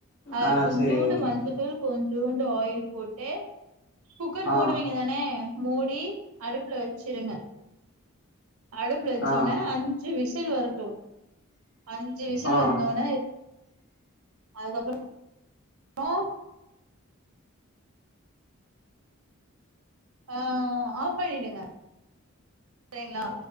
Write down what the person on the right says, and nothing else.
அ
கொஞ்சோண்டு
மஞ்ச தூள் கொஞ்சூண்டு ஆயில் போட்டு குக்கர்
மூடுவீங்க தானே மூடி அடுப்புல வெச்சிருங்க அடுப்புல வச்சோன
அஞ்சு விசில் சில் வரு அஞ்சு விசிலூ
வந்தோன அதுக்கப்புறம் ஓ ஆஹ ஆப் பண்ணிடுங்க சரிங்ளா